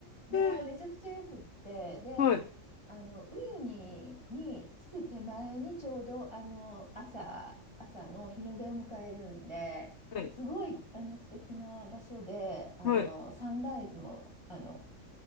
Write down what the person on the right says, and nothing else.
で、
めちゃくちゃよくって、で、
あの、ウユニに着く手前にちょうど、あの、朝、朝の日の出を迎えるんで、
すごい、あの、素敵な場所で、あの、
サンライズも、あの、